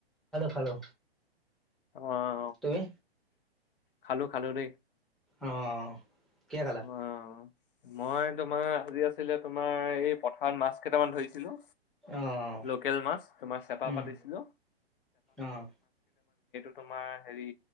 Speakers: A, in the centre; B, on the left (about 55°).
A: খালো
B: অ
A: তুমি
B: খালো খালোৰে
A: অ কিিয় কালা
B: অ', মই তোমাৰ আজি আছিলে তোমাৰ এই পথাৰত মাছ কেইটামান ধৰিছিলো
A: অ',
B: া সেইটো
A: উম, অ',
B: তোমাৰ হেৰি